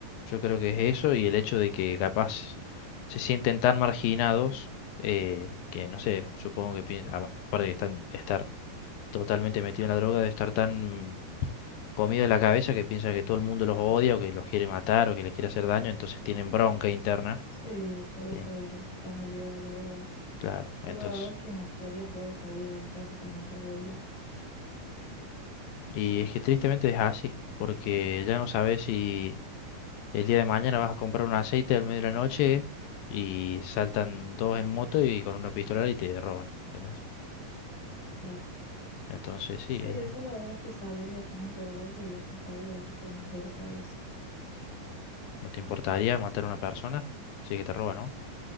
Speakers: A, on the left (about 80°); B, on the left (about 55°).
A: Yo creo que es eso y el hecho de que capaz se sienten tan marginados eh, que, no sé, supongo que piensan, ah, bueno, aparte de están, estar totalmente metido en la droga, de estar tan comido de la cabeza que piensan que todo el mundo los odia o que los quiere matar o que les quiere hacer daño, entonces tienen bronca interna.
B: Sí, por eso
A: en-
B: el- está muy ligado a la droga.
A: claro,
B: Yo
A: entonces...
B: la verdad es que me gustaría poder salir de mi casa con un revólver.
A: Y es que tristemente es así, porque ya no sabes si el día de mañana vas a comprar un aceite al medio de la noche y saltan dos en moto y con una pistola y te roban, ¿entendés?
B: claro.
A: Entonces sí,
B: Sí,
A: eh,
B: yo la verdad es que saldría con un revólver y apuntaría directamente a la cabeza.
A: no te importaría matar a una persona, sí que te roba, ¿no?